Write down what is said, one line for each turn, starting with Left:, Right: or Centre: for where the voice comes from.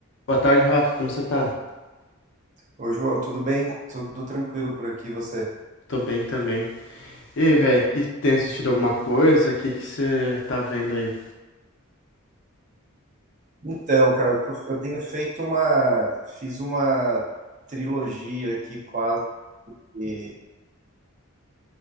Left: Boa tarde, Rafa. Como você tá?
Right: Ô, João, tudo bem? Tudo tranquilo por aqui, você?
Left: Tô bem também. E aí, velho, que tem assistido alguma coisa? O que que você tá vendo aí?
Right: Então, cara, eu, tô- eu tenho feito uma. Fiz uma trilogia aqui quase de